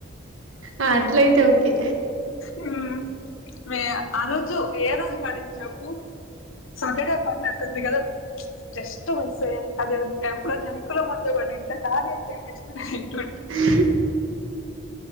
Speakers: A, on the right; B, on the left.
A: ఆ అట్లయితే ఓకే
B: ఉ మే ఆ రోజు ఏర అడి చెప్పు సాటర్డే పడినట్టుంది గద జస్ట్ మిస్స్ అదే ఇప్పుడు జంకుల ముందు పడుంటే దాన్ని చేయించుకునే తింటుంటీ
A: ఉ